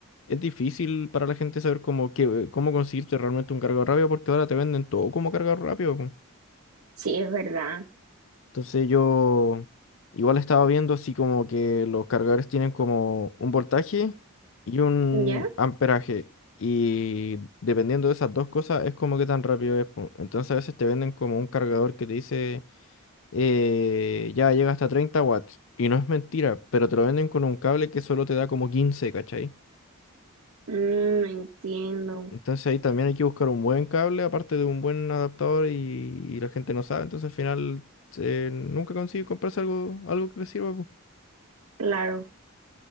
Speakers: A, on the left (about 60°); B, on the right (about 70°).
A: es difícil para la gente saber cómo, que, cómo conseguirte realmente un cargador rápido porque ahora te venden todo como cargador rápido. po.
B: sí es verdad.
A: Entonces yo igual estaba viendo así como que los cargadores tienen como un voltaje y un
B: ¿Ya?
A: amperaje. Y dependiendo de esas dos cosas es como que tan rápido es. po. Entonces a veces te venden como un cargador que te dice eh, ya llega hasta 30 watts. Y no es mentira, pero te lo venden con un cable que solo te da como quince ¿cachai?
B: Mm, entiendo,
A: Entonces ahí también hay que buscar un buen cable, aparte de un buen adaptador y, y la gente no sabe, entonces al final eh, nunca consigue comprarse algo, algo que le sirva. po.
B: claro.